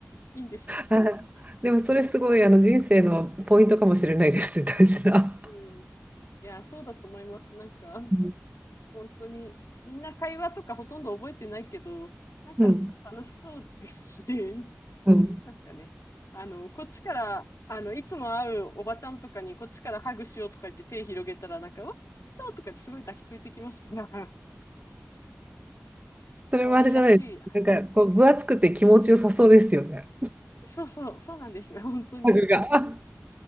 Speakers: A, on the left; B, on the right.
A: いいんです。
B: はいでもそれすごいあの人生のポイントかもしれないですね、大事な。
A: うん。いや、そうだと思います。なんか、
B: うん
A: 本当に、みんな会話とかほとんど覚えてないけど、なんか楽しそうですしね、
B: うん。うん
A: なんかね、あの、こっちから、あの、いつも会うおばちゃんとかに、こっちからハグしようとか言って手広げたら、なんか、わっそうとかってすごい抱きついてきますから、<laughs>
B: それもあれじゃないです。
A: 可愛らしい。
B: なんかこう分厚くて気持ちよさそうですよね。
A: そうそう、そうなんです本当に。
B: 家具が。<laughs>